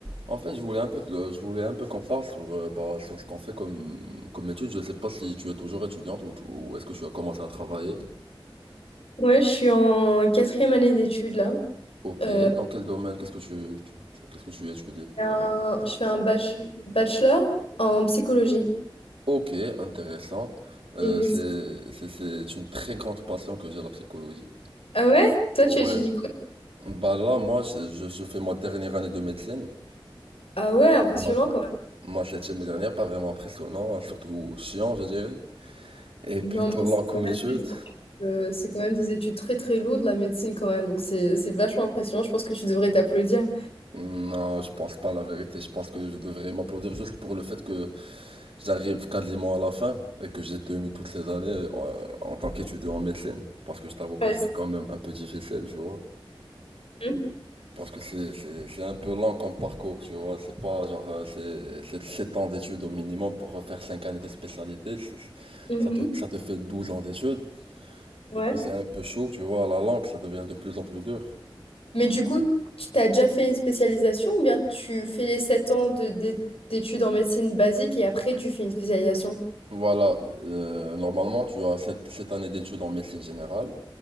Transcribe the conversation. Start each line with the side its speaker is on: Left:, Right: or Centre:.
Right: En fait, je voulais un peu, te- je voulais un peu qu'on parle sur, euh, bah, sur ce qu'on fait comme, comme études. Je sais pas si tu es toujours étudiante ou, tu- ou est-ce que tu as commencé à travailler.
Left: Ouais, je suis en quatrième année d'études là.
Right: Ok,
Left: Euh,
Right: dans quel domaine, qu'est-ce que tu, tu- tu- qu'est-ce que tu étudies?
Left: j'ai un- je fais un bach- bachelor en psychologie,
Right: Ok, intéressant. Euh,
Left: une licence.
Right: c'est, c'est, c'est une très grande passion que j'ai, la psychologie.
Left: Ah ouais? Toi,
Right: Ouais.
Left: tu étudies quoi?
Right: Bah là, moi, je, je- je fais ma dernière année de médecine.
Left: Ah ouais, impressionnant
Right: Ma,
Left: quand
Right: ma septième et dernière, pas vraiment impressionnant, surtout chiant, je dirais. Et
Left: même.
Right: plutôt
Left: Non, mais
Right: lent
Left: c'est
Right: comme
Left: quand même
Right: étude.
Left: des, euh, c'est quand même des études très très lourdes, la médecine quand même. Donc c'est c'est vachement impressionnant. Je pense que tu devrais t'applaudir.
Right: Non, je pense pas à la vérité. Je pense que je devrais m'applaudir juste pour le fait que j'arrive quasiment à la fin et que j'ai tenu toutes ces années en, en tant qu'étudiant en médecine. Parce que je t'avoue que
Left: Ouais.
Right: c'est quand même un peu difficile, tu vois.
Left: c'est-
Right: Parce que c'est, c'est, c'est un peu lent comme parcours, tu vois. C'est pas genre, euh, c'est, c'est 7 ans d'études au minimum pour refaire 5 années de spécialité. C'est-
Left: Mhm.
Right: Ça
Left: Mhm.
Right: te, ça te fait 12 ans d'études.
Left: Ouais.
Right: Du coup, c'est un peu chaud, tu vois. La langue, ça devient de plus en plus dur.
Left: Mais du coup, tu t'as déjà fait une spécialisation ou bien tu fais les 7 ans de, d'é- d'études en médecine basique et après tu fais une spécialisation?
Right: Voilà, euh, normalement, tu as cette, cette année d'études en médecine générale.